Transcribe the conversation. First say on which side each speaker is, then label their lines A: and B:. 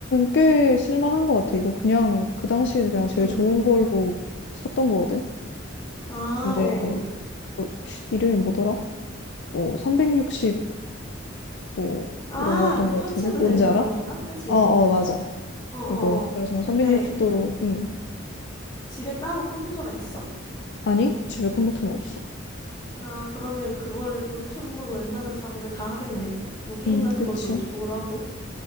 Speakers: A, on the left (about 60°); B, on the left (about 20°).
A: 꽤 쓸만한 것 같아. 이거 그냥 그 당시에 그냥 제일
B: 응.
A: 좋은 걸로 샀던 거거든.
B: 아,
A: 근데
B: 어, 어.
A: 뭐 이름이 뭐더라? 뭐 360 뭐
B: 아,
A: 이런 거였던
B: 그
A: 것
B: 터치도
A: 같은데 뭔지
B: 되는
A: 알아?
B: 그런 건가? 그치?
A: 어, 어, 맞아.
B: 어, 어,
A: 이거
B: 어.
A: 그래서 360도로
B: 근데
A: 음
B: 집에 따로 컴퓨터가 있어?
A: 아니 집에 컴퓨터는 없어.
B: 아, 그러면 그걸 노트북으로 웬만한 작업을 다 하겠네. 뭐 게임
A: 음
B: 같은
A: 그치.
B: 것도 노트북으로 하고.